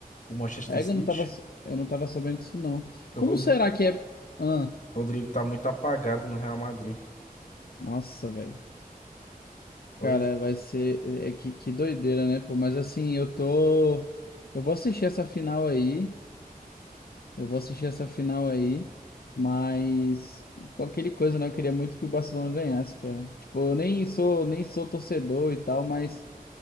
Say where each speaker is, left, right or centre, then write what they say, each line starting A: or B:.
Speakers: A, on the left (about 55°); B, on the left (about 80°).
A: O Manchester
B: É,
A: City,
B: eu não tava. Eu não tava sabendo disso, não.
A: que
B: Como
A: o Rodrigo
B: será que é. Ahn?
A: Rodrigo tá muito apagado no Real Madrid.
B: Nossa, velho.
A: Pois
B: Cara, vai ser. É é que, que doideira, né, pô? Mas assim, eu tô. Eu vou assistir essa final aí. Eu vou assistir essa final aí. Mas. qualquer coisa, né? Eu queria muito que o Barcelona ganhasse, cara. Tipo, eu nem sou, nem sou torcedor e tal, mas.